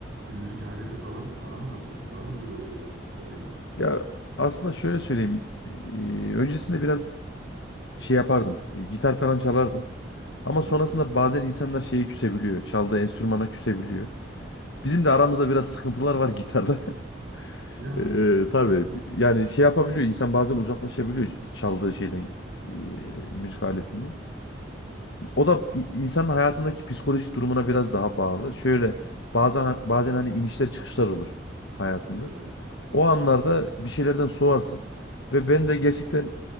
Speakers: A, on the right (about 70°); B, on the left (about 70°).
A: bir müzik aleti falan aran nasıl? Var mıdır öyle bir hobin?
B: Ya aslında şöyle söyleyeyim. Eee, öncesinde biraz şey yapardım. e, gitar falan çalardım. Ama sonrasında
A: Hı hı.
B: bazen insanlar şeye küsebiliyor. Çaldığı enstrümana küsebiliyor. Bizim de aramızda biraz sıkıntılar var gitarda. <laughs>
A: Ya,
B: Eee tabii yani şey yapabiliyor. insan bazen uzaklaşabiliyor çaldığı şeyden. eee, müzik aletinden. O da i- insanın hayatındaki psikolojik durumuna biraz daha bağlı. Şöyle bazen bazen hani inişler çıkışlar olur hayatında.
A: evet.
B: O anlarda bir şeylerden soğarsın. Ve ben de gerçekten